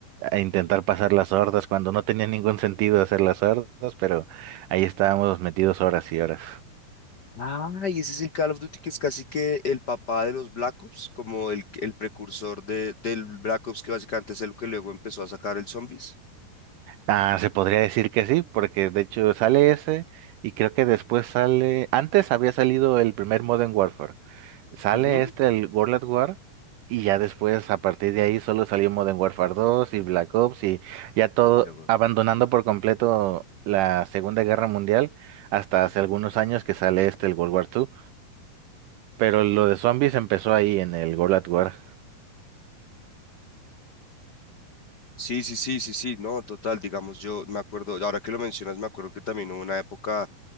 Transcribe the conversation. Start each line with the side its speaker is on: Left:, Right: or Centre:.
Right: a intentar pasar las hordas cuando no tenía ningún sentido hacer las hordas, pero ahí estábamos metidos horas y horas.
Left: Ah, y ese es el Call of Duty que es casi que el papá de los Black Ops, como el, el precursor de, del Black Ops que básicamente es el que luego empezó a sacar el Zombies.
Right: Ah, se podría decir que sí, porque de hecho sale ese, y creo que después sale, antes había salido el primer Modern Warfare, Sale
Left: Ujú.
Right: este el World at War y ya después a partir de ahí solo salió Modern Warfare dos y Black Ops y ya todo
Left: Luego-
Right: abandonando por completo la Segunda Guerra Mundial hasta hace algunos años que sale este el World War 2, pero lo de zombies empezó ahí en el World at War.
Left: Sí, sí, sí, sí, sí, no, total, digamos, yo me acuerdo, ahora que lo mencionas, me acuerdo que también hubo una época